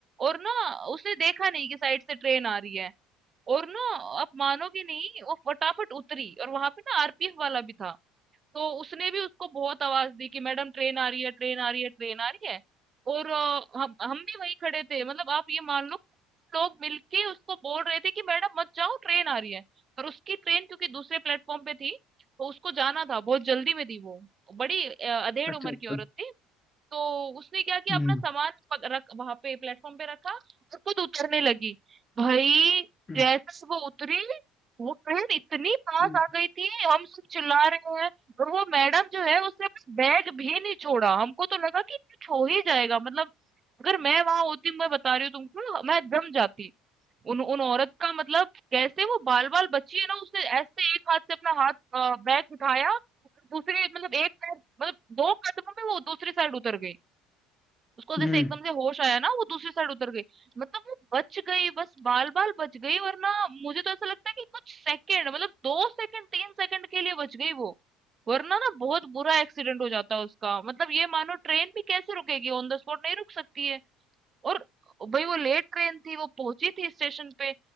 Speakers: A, on the right; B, on the left.
A: और ना उसने देखा नहीं कि साइड से ट्रेन आ रही है और ना आप मानोगे नहीं वो फटाफट उतरी और वहां पे ना आरपीएफ वाला भी था तो उसने भी उसको बहुत आवाज दी कि मैडम ट्रेन आ रही है ट्रेन आ रही है ट्रेन आ रही है और अ, हम हम भी वहीं खड़े थे मतलब आप ये मान लो लोग मिलके उसको बोल रहे थे कि मैडम मत जाओ ट्रेन आ रही है पर उसकी ट्रेन क्योंकि दूसरे प्लेटफॉर्म पे थी तो उसको जाना था बहुत जल्दी में थी वो बड़ी अ, अधेड़
B: अच्छा
A: उम्र
B: अच्छा
A: की औरत थी तो उसने क्या किया
B: हम्म
A: अपना सामान पक- रख वहां पे प्लेटफॉर्म पे रखा और खुद उतरने लगी भाई
B: हम्म
A: जैसे वो उतरी वो ट्रेन इतनी पास
B: हम्म,
A: आ गई थी हम सब चिल्ला रहे हैं और वो मैडम जो है उसने अपना बैग भी नहीं छोड़ा हमको तो लगा कि कुछ हो ही जाएगा मतलब अगर मैं वहां होती मैं बता रही हूँ तुमको मैं दम जाती उन उन औरत का मतलब कैसे वो बाल बाल बची है ना उसने ऐसे एक हाथ से अपना हाथ अ, बैग उठाया और दूसरी मतलब एक पैर मतलब दो कदमों में वो दूसरी साइड उतर गई उसको जैसे
B: हम्म,
A: एकदम से होश आया ना वो दूसरी साइड उतर गई मतलब वो बच गई बस बाल बाल बच गई वरना मुझे तो ऐसा लगता है कि कुछ सेकंड मतलब दो सेकंड तीन सेकंड के लिए बच गई वो वरना ना बहुत बुरा एक्सीडेंट हो जाता उसका मतलब ये मानो ट्रेन भी कैसे रुकेगी ऑन द स्पॉट नहीं रुक सकती है और भई वो लेट ट्रेन थी, वो पहुंची थी स्टेशन पे।